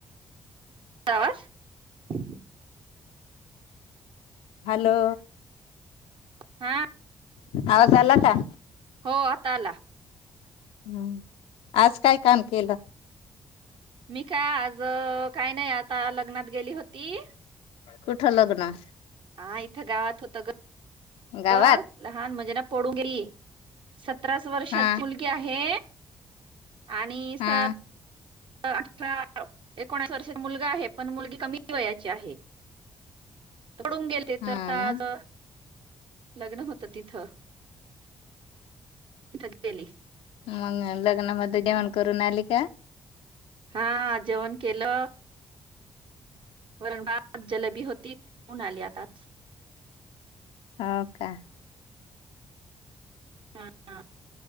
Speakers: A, on the right; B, on the left.
A: आवाज <unintelligible>
B: हॅलो.
A: हा.
B: आवाज आला का?
A: हो आता आला
B: हम् आज काय काम केलं?
A: मी का... आज... काही नाही, आता लग्नात गेली होती.
B: कुठं लग्न?
A: हा इथं गावात होतं ग
B: गावात
A: अगं लहान म्हजे ना पडुगी.. सतराच वर्षांची
B: हा
A: मुलगी आहे आणि
B: हा
A: स अठरा एकोनावीस वर्षाचा मुलगा आहे, पण मुलगी कमी वयाची आहे पडून गेलते
B: हा
A: तर ता
B: ना
A: आज लग्न होतं तिथं <unintelligible> तिथं गेली
B: मग लग्नामध्ये जेवण करून आली का?
A: हा जेवण केलं वरण भात, जलेबी होती <unintelligible> आली आताच
B: हाव का?
A: हा, हा.